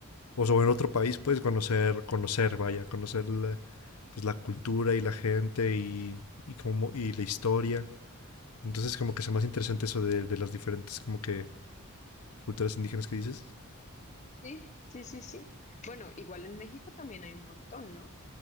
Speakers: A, on the left; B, on the left.
A: o sobre en otro país, pues conocer, conocer, vaya, conocer la, pues la cultura y la gente y, y cómo, y la historia. Entonces, como que sea más interesante eso de, de las diferentes, como que, culturas indígenas que dices.
B: Sí, sí, sí, sí. Bueno, igual en México también hay un montón, ¿no?